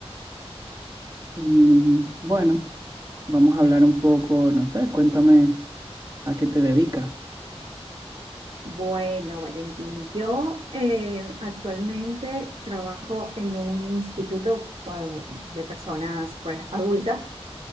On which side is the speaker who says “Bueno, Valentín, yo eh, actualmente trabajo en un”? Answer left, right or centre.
Right